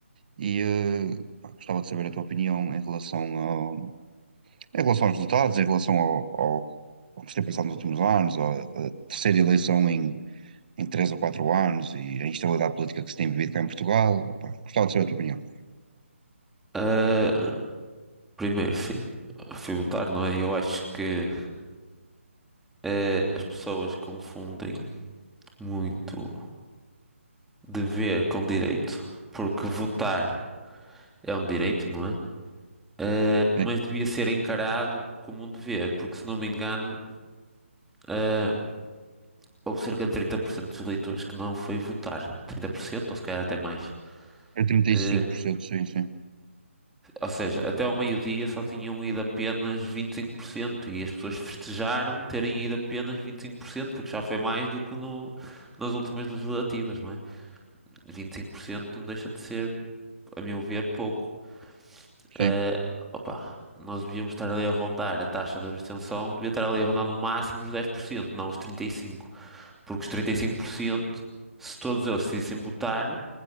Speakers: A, on the right; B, in the centre.
A: e eh, pá, gostava de saber a tua opinião em relação ao, em relação aos resultados, em relação ao, ao, ao que se tem passado nos últimos anos, à, à terceira eleição em, em três ou quatro anos e a instabilidade política que se tem vivido cá em Portugal. Opa, gostava de saber a tua opinião.
B: ah, primeiro, sim, fui votar, não é? Eu acho que eh, as pessoas confundem muito dever com direito, porque votar é um direito, não é? Eh, mas
A: Sim.
B: devia ser encarado como um dever, porque se não me engano, ah, houve cerca de 30% dos eleitores que não foi votar. trinta por cento ou se calhar até mais.
A: É trinta
B: Ah,
A: e cinco por cento, sim, sim.
B: Ou seja, até ao meio-dia só tinham ido apenas 25% e cinco por cento e as pessoas festejaram terem ido apenas 25%, porque já foi mais do que no, nas últimas legislativas, não é? 25% não deixa de ser, a meu ver, pouco.
A: Sim,
B: Eh, opa, nós devíamos estar ali a rondar a taxa de abstenção, devia estar ali a rondar no máximo os 10%, não os 35%, porque os 35%, se todos eles decidissem votar,